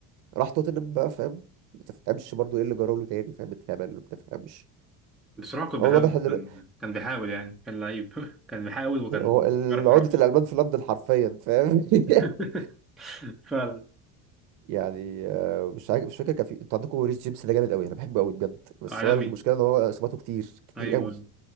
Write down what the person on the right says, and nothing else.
راح توتنهام بقى فاهم ما تفهمش برضو ايه اللي جراله تاني فاهم اتهبل ما تفهمش
هو
واضح ان ال-
هو ال-
عقدة
الألمان في لندن حرفيا فاهم
<laughs>
يعني آه، مش عارف مش فاكر كان في انتوا عندكم ريس جيمس ده جامد قوي انا بحبه قوي بجد بس
هو المشكله ان هو اصاباته كتير كتير
قوي